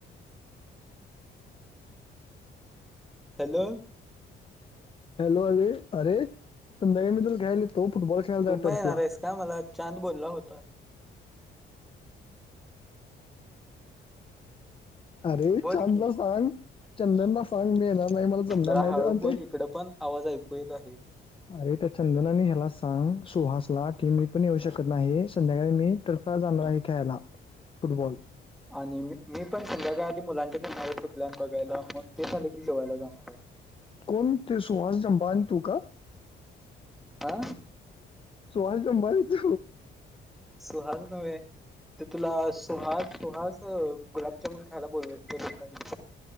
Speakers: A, in the centre; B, on the left.
A: हॅलो..
B: हॅलो अरे अरे संध्याकाळी मी तुला घ्यायला येतो. फुटबॉल खेळायला
A: तू
B: जा
A: पण
B: टर्फला
A: येणार आहेस का मला चांद बोलला होता.
B: अरे
A: बोल
B: चांदला
A: की
B: सांग चंदनला सांग मी येणार नाही मला जमणार
A: जरा
B: नाही
A: हळू
B: ते. आणि ते
A: बोल इकड पण आवाज ऐकू येत आहे.
B: अरे त्या चंदनानी ह्याला सांग सुहासला की मी पण येऊ शकत नाही संध्याकाळी मी तर्फा चाललो आहे खेळायला फुटबॉल.
A: आणि मी पण संध्याकाळ आध मुलांच्यात येणार होतो प्लॅन बघायला मग ते झालं की जेवायला जाणार आहे
B: कोण ते सुहास जंबान तू का
A: आह
B: सुहस संबारीच
A: सुहास नव्हे ते तुला सुहास सुहास गुलाबजामुन खायला बोलवाय त्या लोकांनी.